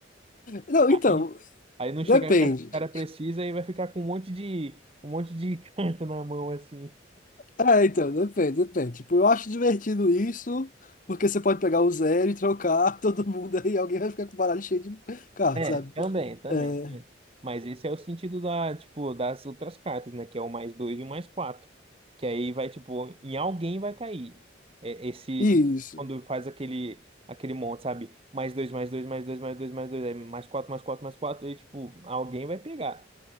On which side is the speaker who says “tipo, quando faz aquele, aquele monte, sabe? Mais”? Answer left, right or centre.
Right